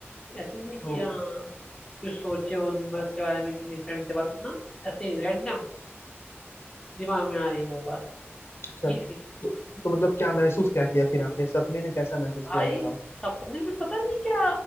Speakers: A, on the left; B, on the left.
A: ऐसे नहीं कि
B: तो
A: हाँ कुछ सोचे हो दिन भर इसके बारे में किसी फ्रेंड से बात ना ऐसे ही रैंडम दिमाग में आ रही वो बात
B: अच्छा
A: ये
B: तो,
A: थी
B: तो मतलब क्या महसूस क्या किया फिर आपने सपने में कैसा महसूस
A: भाई
B: किया ये बताओ
A: सपने में पता नहीं क्या